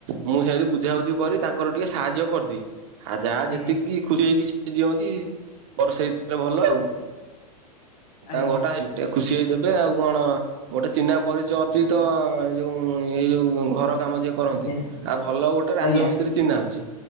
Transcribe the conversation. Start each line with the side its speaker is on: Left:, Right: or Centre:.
Right: ମୁଁ ସେମିତି ବୁଝାବୁଝି କରି ତାଙ୍କର ଟିକେ ସାହାଯ୍ୟ କରିଦିଏ। ଆ ଯାହା
Left: ଆଜ୍ଞା
Right: ଯେତିକି ଖୁସି ହେଇକି ସିଏ ଦିଅନ୍ତି ମୋର ସେଇଥିରେ ଭଲ ଆଉ। ତାଙ୍କ
Left: ଆଜ୍ଞା
Right: ଘର ଟା ହେଇ ଟିକେ ଖୁସି ହେଇଦେବେ ଆଉ କଣ ଗୋଟେ ଚିହ୍ନା ପରିଚୟ ଅଛି
Left: ଆଜ୍ଞା
Right: ତ ଯୋଉ ଏଇ ଯୋଉ ଘର କାମ ଯିଏ କରନ୍ତି।
Left: ଆଜ୍ଞା ଆଜ୍ଞା
Right: ଆଉ ଭଲ ଗୋଟେ ରାଜମିସ୍ତ୍ରୀ
Left: ଆଜ୍ଞା
Right: ଚିହ୍ନା ଅଛି।